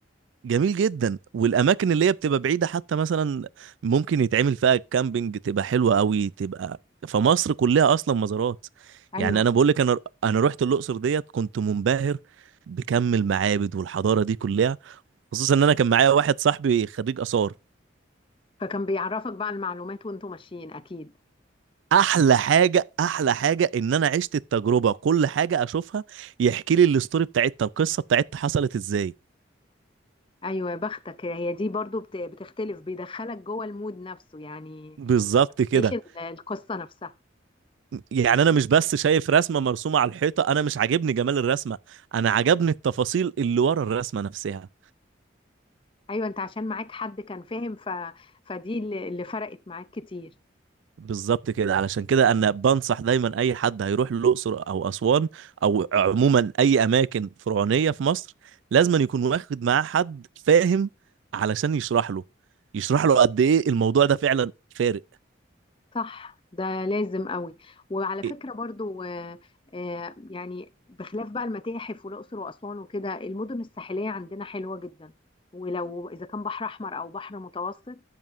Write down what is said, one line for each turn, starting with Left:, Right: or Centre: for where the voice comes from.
Right: جميل جدا والاماكن اللي هي بتبقى بعيده حتى مثلا ممكن يتعمل فيها كامبينج تبقى حلوه قوي تبقى فمصر كلها اصلا مزارات
Left: ايوه
Right: يعني انا بقول لك انا انا رحت الاقصر ديت كنت منبهر بكم المعابد والحضاره دي كلها خصوصا ان انا كان معايا واحد صاحبي خريج اثار
Left: فكان بيعرفك بقى المعلومات وانتوا ماشيين اكيد
Right: احلى حاجه احلى حاجه ان انا عشت التجربه كل حاجه اشوفها يحكي لي الاستوري بتاعتها القصه بتاعتها حصلت ازاي
Left: ايوه يا بختك هي دي برضو بت- بتختلف بيدخلك جوه المود نفسه يعني
Right: بالظبط كده
Left: عيش ال- القصه نفسها
Right: يعني انا مش بس شايف رسمه مرسومه على الحيطه انا مش عاجبني جمال الرسمه انا عجبني التفاصيل اللي ورا الرسمه نفسها
Left: ايوه انت عشان معاك حد كان فاهم ف... فدي اللي اللي فرقت معاك كتير
Right: بالظبط كده علشان كده انا بنصح دايما اي حد هيروح الاقصر او اسوان او عموما اي اماكن فرعونيه في مصر لازم يكون واخد معاه حد فاهم علشان يشرح له يشرح له قد ايه الموضوع ده فعلا فارق
Left: صح ده لازم قوي وعلى فكرة
Right: إيه؟
Left: برضو آه، آه، يعني بخلاف بقى المتاحف والأقصر وأسوان وكده المدن الساحلية عندنا حلوة جدا ولو إذا كان بحر أحمر أو بحر متوسط